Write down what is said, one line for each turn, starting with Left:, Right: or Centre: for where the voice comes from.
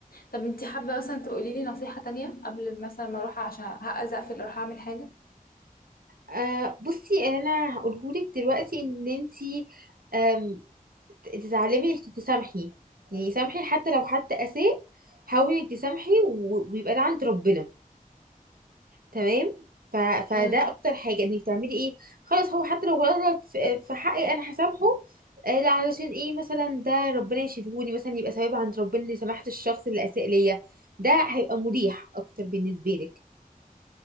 Left: طب انت حابة مثلا تقولي لي نصيحة تانية قبل مثلا ما اروح عشان هقز اقفل اروح اعمل حاجة
Right: آه بصي اللي انا هقولهولك دلوقتي ان انتي آم، ت- تتعلمي انك تسامحي يعني سامحي حتى لو حد اساء حاولي انك تسامحي و... ويبقى ده عند ربنا تمام ف... فده
Left: ايوه
Right: اكتر حاجه انك تعملي ايه خلاص هو حتى لو غلط في في حقي انا هسامحه آه، لا علشان ايه مثلا ده ربنا يشيلهولي مثلا يبقى ثواب عند ربنا اللي سمحت الشخص اللي اساء ليا ده هيبقى مريح اكتر بالنسبه لك